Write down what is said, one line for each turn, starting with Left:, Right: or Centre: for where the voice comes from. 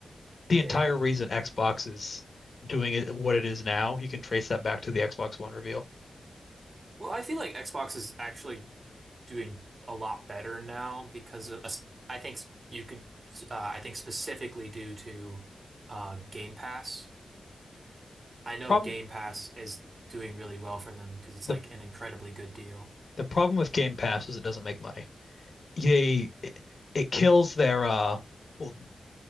Left: The
Right: dang.
Left: entire reason Xbox is doing it what it is now, you can trace that back to the Xbox One reveal.
Right: Well, I feel like Xbox is actually doing a lot better now because of, I think you could, uh, I think specifically due to uh, Game Pass. I know
Left: Problem
Right: Game Pass is doing really well for them because it's
Left: the
Right: like an incredibly good deal.
Left: the problem with Game Pass is it doesn't make money. They it, it kills their uh well